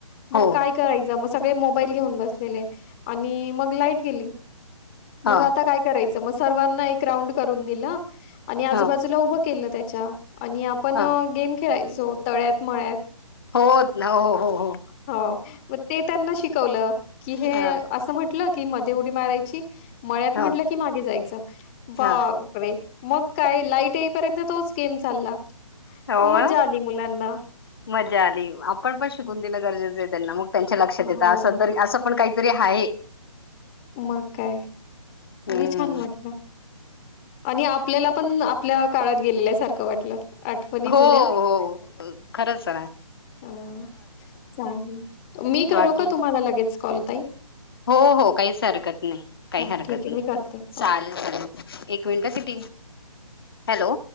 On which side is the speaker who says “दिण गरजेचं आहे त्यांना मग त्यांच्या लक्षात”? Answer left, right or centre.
Left